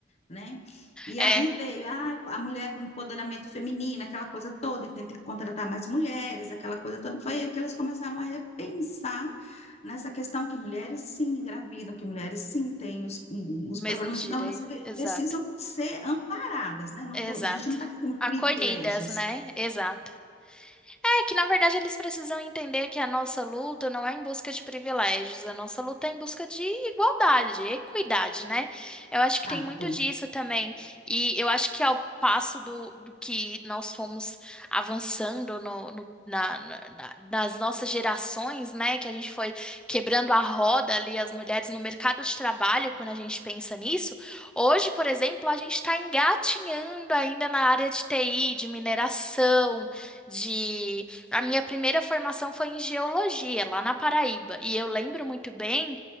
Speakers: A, on the left; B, in the centre.
A: né? E
B: é,
A: aí veio ah, a mulher com empoderamento feminino, aquela coisa toda, e tem que contratar mais mulheres, aquela coisa toda. Foi aí que eles começaram a repensar nessa questão que mulheres sim engravidam, que mulheres sim têm os, os
B: mesmo
A: problemas,
B: direito,
A: então elas pre-
B: exato,
A: precisam ser amparadas, né? Não
B: exato.
A: tô, a gente não está querendo
B: Acolhidas,
A: privilégios.
B: né? Exato. É que, na verdade, eles precisam entender que a nossa luta não é em busca de privilégios, a nossa luta é em busca de igualdade, equidade, né? Eu acho
A: Exato.
B: que tem muito disso também. E eu acho que ao passo do, do que nós fomos avançando no, no- na- na- na- nas nossas gerações, né? Que a gente foi quebrando a roda ali, as mulheres no mercado de trabalho, quando a gente pensa nisso. Hoje, por exemplo, a gente está engatinhando ainda na área de TI, de mineração de a minha primeira formação foi em geologia, lá na Paraíba. E eu lembro muito bem